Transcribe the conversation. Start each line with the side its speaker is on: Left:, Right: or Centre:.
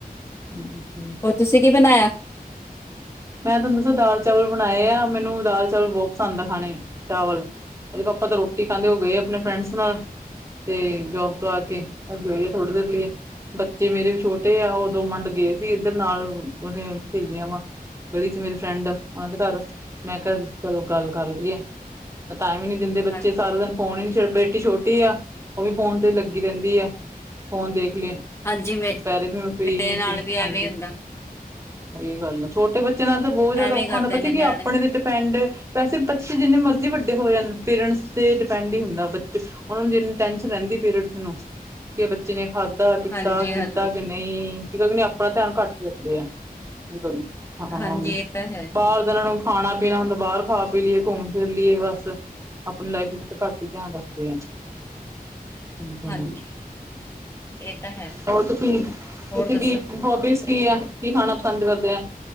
Right: ਹੂੰ ਹੂੰ।
Left: ਹੋਰ ਤੁਸੀਂ ਕੀ ਬਣਾਇਆ।
Right: ਮੈਂ ਤੁਹਾਨੂੰ ਦੱਸੋ ਦਾਲ ਚਾਵਲ ਬਣਾਏ ਆ। ਮੈਨੂੰ ਦਾਲ ਚਾਵਲ ਬਹੁਤ ਪਸੰਦ ਆ ਖਾਣੇ ਚਾਵਲ। ਇਹਦੇ ਪਾਪਾ ਤਾਂ ਰੋਟੀ ਖਾਂਦੇ। ਉਹ ਗਏ ਆਂ ਆਪਣੇ ਫਰੈਂਡਸ ਨਾਲ। ਤੇ ਜੋਬ ਤੋਂ ਆ ਕੇ ਉਹ ਗਈ ਆਂ ਥੋੜੀ ਦੇਰ ਲਈਏ। ਬੱਚੇ ਮੇਰੇ ਵੀ ਛੋਟੇ ਆ ਉਦੋਂ ਮੁਡ ਗਏ ਸੀ, ਇੱਧਰ ਨਾਲ ਉਹਦੀਆਂ ਸਹੇਲੀਆਂ ਵਾ। ਗਲੀ 'ਚ ਮੇਰੀ ਫਰੈਂਡ ਉਹਨਾਂ ਦੇ ਘਰ, ਮੈਂ ਕਿਹਾ ਚਲੋ ਗੱਲ ਕਰ ਲਈਏ। ਤਾਂ ਟਾਈਮ ਹੀ ਨਹੀਂ ਦਿੰਦੇ ਬੱਚੇ
Left: ਹਾਂਜੀ
Right: ਸਾਰਾ ਦਿਨ। ਫੋਨ ਹੀ ਨੀ, ਬੇਟੀ ਛੋਟੀ ਆ ਉਹ ਵੀ ਫੋਨ ਤੇ ਲੱਗੀ ਰਹਿੰਦੀ ਹੈ, ਫੋਨ ਦੇਖ ਲਏ।
Left: ਹਾਂਜੀ ਮੇ
Right: ਦੁਪਹਿਰੇ ਵੀ ਮੈਂ ਫ੍ਰਰੀ
Left: ਮੇਰੇ
Right: ਨਹੀਂ
Left: ਨਾਲ
Right: ਸੀ ਹਾਂਜੀ।
Left: ਵੀ ਐਵੇਂ ਹੀ ਹੁੰਦਾ
Right: ਸਹੀ ਗੱਲ ਹੈ ਛੋਟੇ ਬੱਚੇ ਨਾਲ ਤਾਂ ਬਹੁਤ ਜ਼ਿਆਦਾ
Left: ਐਵੇਂ
Right: ਔਖਾ
Left: ਕਰਦੇ
Right: ਹੁੰਦਾ, ਪਤਾ
Left: ਨੇ
Right: ਕਿ
Left: ਨਿਆਣੇ
Right: ਆਪਣੇ ਤੇ ਡਿਪੈਂਡ। ਵੈਸੇ ਬੱਚੇ ਜਿੰਨੇ ਮਰਜ਼ੀ ਵੱਡੇ ਹੋਏ ਹਨ, ਪੇਰੈਂਟਸ ਤੇ ਡਿਪੈਂਡ ਹੀ ਹੁੰਦਾ ਬੱਚੇ। ਉਹਨਾਂ ਨੂੰ ਜਿੰਨੀ ਟੈਨਸ਼ਨ ਰਹਿੰਦੀ ਪੇਰੈਂਟਸ ਨੂੰ, ਕਿ ਬੱਚੇ ਨੇ ਖਾਧਾ ਪੀਤਾ
Left: ਹਾਂਜੀ ਹਾਂਜੀ
Right: ਕੀਤਾ ਕਿ। ਨਹੀਂ ਕੀ ਏਵਨ ਕੇ ਆਪਣਾ ਧਿਆਨ ਘੱਟ ਦਿੰਦੇ ਆ ਕਦੀਂ। ਹਾਂ
Left: ਹਾਂਜੀ ਇਹ ਤਾਂ ਹੈ
Right: ਬਾਹਰ ਦਾ ਇਹਨਾਂ ਨੂੰ ਖਾਣਾ ਪੀਣਾ ਹੁੰਦਾ ਬਾਹਰ ਖਾ ਪੀ ਲਈਏ, ਘੁੰਮ ਫਿਰ ਲਈਏ ਬਸ। ਆਪਣੀ ਲਾਈਫ ਵਿੱਚ ਤਾਂ ਘੱਟ ਹੀ ਧਿਆਨ ਰੱਖਦੇ ਆ। ਹੂੰ।
Left: ਹਾਂਜੀ ਇਹ ਤਾਂ ਹੈ
Right: ਹੋਰ ਤੁਸੀਂ ਤੁਸੀਂ
Left: ਹੋਰ ਦੱਸੋ
Right: ਕੀ ਹੋਬੀਜ਼ ਕੀ ਹੈ, ਕੀ ਖਾਣਾ ਪਸੰਦ ਕਰਦੇ ਆ।